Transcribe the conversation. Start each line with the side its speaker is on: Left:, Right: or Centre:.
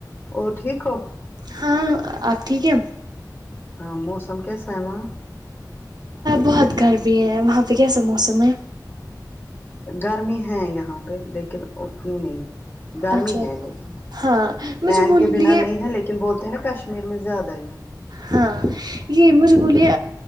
Left: اور ٹھیک ہو
Right: ہاں آپ ٹھیک ہے
Left: ہاں موسم کیسا ہے وہاں
Right: بہت گرمی ہے وہاں پہ کیسا موسم ہے
Left: گرمی ہے یہاں پہ لیکن اتنی نہیں گرمی
Right: اچھا
Left: ہے لیکن
Right: ہاں
Left: فین
Right: مجھے بولیے
Left: کے بنا نہیں ہے لیکن بولتے ہیں نا کشمیر میں زیادہ ہی ہے
Right: ہاں یہ مجھے بولئے